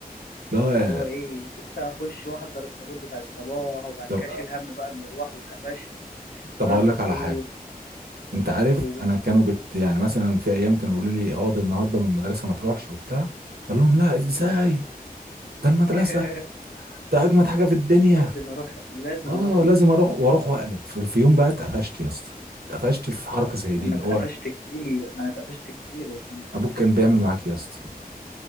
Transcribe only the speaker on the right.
لا
طب
طب
اقول
لك
على حاجه انت عارف
انا كانوا بت يعني مثلا في ايام كانوا يقولوا لي اقعد النهارده من المدرسه ما تروحش وبتاع اقول لهم لا ازاي ده المدرسه
ده اجمد حاجه في الدنيا
اه
لازم اروح واروح واقلب في في يوم بقى اتقفشت يا اسطى اتقفشت في حركه زي
دي
اللي
هو
ابوك كان بيعمل معاك إيه يا اسطى